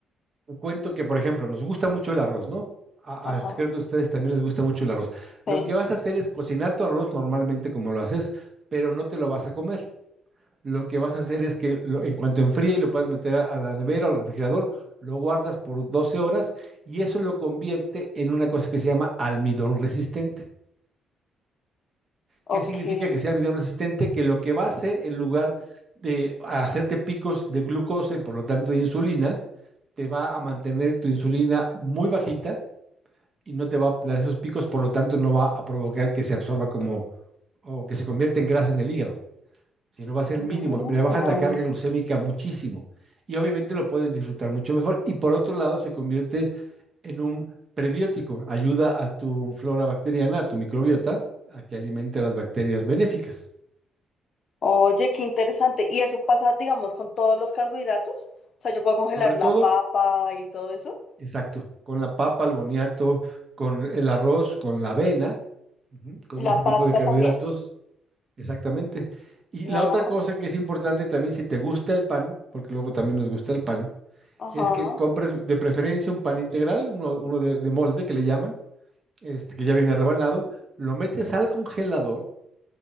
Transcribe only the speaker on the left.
Ajá.
Sí.
Ok.
No.
Oye, qué interesante. Y eso pasa, digamos, con todos los carbohidratos. O sea, yo puedo congelar
la
papa y todo eso.
¿Y la
pasta
también?
Wow.
Ajá.